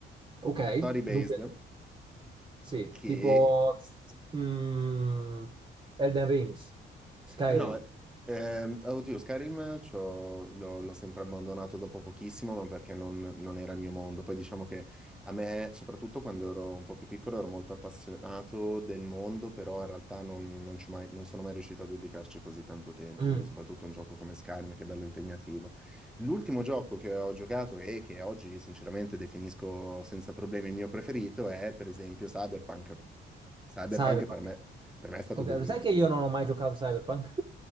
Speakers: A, on the right; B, in the centre.
A: Ok,
B: story based,
A: dunque, sì,
B: che,
A: tipo mm, Elden Rings, Skyrim,
B: Eh No, ehm, oddio, Skyrim c'ho- l'ho l'ho sempre abbandonato dopo pochissimo, ma perché non, non era il mio mondo. Poi diciamo che a me, soprattutto quando ero un po' più piccolo, ero molto appassionato del mondo, però in realtà non, non c'ho mai- non sono mai riuscito a dedicarci così tanto tempo,
A: mm,
B: quindi soprattutto un gioco come Skyrim, che è bello impegnativo. L'ultimo gioco che ho giocato e che oggi sinceramente definisco senza problemi il mio preferito è per esempio Cyberpunk. Cyberpunk
A: Cyberpunk.
B: per me, per me è stato
A: Ok,
B: bellissimo.
A: lo sai che io non ho mai giocato a Cyberpunk?